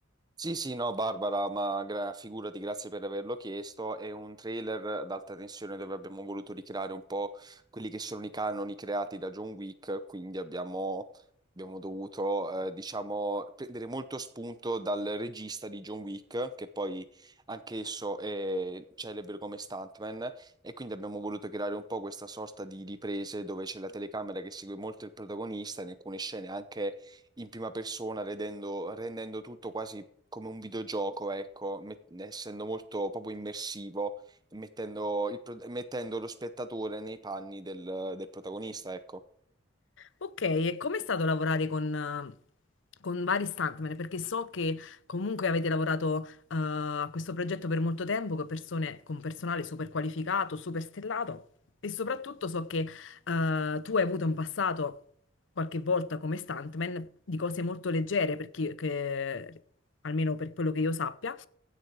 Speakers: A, on the right; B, on the left.
A: Sì, sì, no, Barbara, ma gra- figurati, grazie per averlo chiesto. È un trailer ad alta tensione dove abbiamo voluto ricreare un po' quelli che sono i canoni creati da John Wick, quindi abbiamo, abbiamo dovuto, eh, diciamo, prendere molto spunto dal regista di John Wick, che poi anch'esso è celebre come stuntman, e quindi abbiamo voluto creare un po' questa sorta di riprese dove c'è la telecamera che segue molto il protagonista, in alcune scene anche in prima persona, redendo- rendendo tutto quasi come un videogioco, ecco, met- essendo molto proprio immersivo, mettendo, il pro- mettendo lo spettatore nei panni del, del protagonista, ecco.
B: Ok, e com'è stato lavorare con, eh, con vari stuntman? Perché so che comunque avete lavorato eh, a questo progetto per molto tempo con persone, con personale super qualificato, super stellato e soprattutto so che eh, tu hai avuto in passato qualche volta come stuntman di cose molto leggere, perché che- almeno per quello che io sappia,